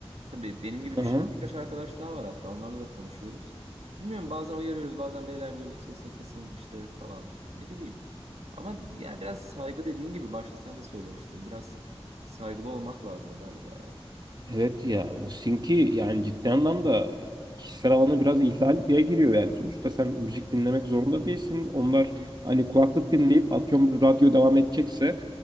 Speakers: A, on the right; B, on the right.
A: Tabii benim gibi düşünen
B: Aha.
A: birkaç arkadaş daha var hatta onlarla da konuşuyoruz. Bilmiyorum bazen uyarıyoruz bazen beyler diyoruz sesini kısın işte falan ne bileyim. Ama ya biraz saygı dediğin gibi başta sen de söylemiştin. Biraz saygılı olmak lazım galiba yani.
B: Evet ya o sinki yani ciddi anlamda kişisel alana biraz ihlal giriyor yani. Sonuçta sen müzik dinlemek zorunda değilsin. Onlar hani kulaklık dinleyip atıyorum bir radyo devam edecekse